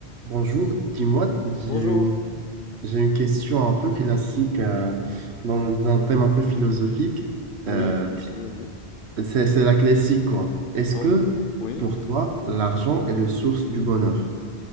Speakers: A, on the right (about 75°); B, on the left (about 55°).
A: Bonjour, dis-moi, j'ai
B: Bonjour.
A: une, j'ai une question un peu classique euh, dans un thème un peu philosophique.
B: Oui,
A: Euh,
B: oui, oui.
A: c'est, c'est la classique, quoi. Est-ce
B: Oh,
A: que
B: oui.
A: pour toi, l'argent est le source du bonheur?